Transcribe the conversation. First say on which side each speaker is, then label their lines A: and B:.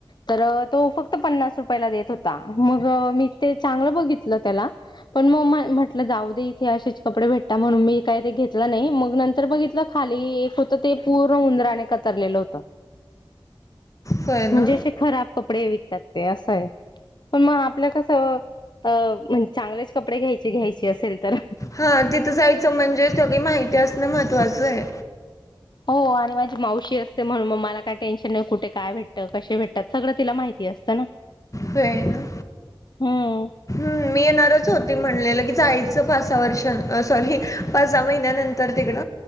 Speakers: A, on the left; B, on the left.
A: तर तो फक्त पन्नास रुपयाला देत होता मगं मी ते चांगलं बघितलं त्याला पण म म्हंटल जाऊ दे इथे अशेच कपडे भेटता म्हणून मी काय ते घेतला नाही मग नंतर बघितलं खाली इ एक होत ते पूर्ण उंदराने कतरलेलं होतं.
B: होय
A: <inaudible> म्हंजे
B: ना
A: अशे खराब कपडे विकतात ते असय पण म आपल्या कस सं अ म्हंज चांगलेच कपडे घ्यायचे घ्यायचे असेल तर
B: हां तिथं जायचं म्हंजे सगळी माहिती असणं महत्त्वाचय.
A: हो आणि माझी मावशी असते म्हणून म मला काय टेन्शन नाही कुठे काय भेटतं कशे भेटतात सगळं तिला माहितीय. असतं ना.
B: होयना.
A: हम्म्
B: हं मी येणारच होती म्हणलेल की जायच पाचसहा वर्षान अ सॉरी पाचसहा महिन्यानंतर तिक कड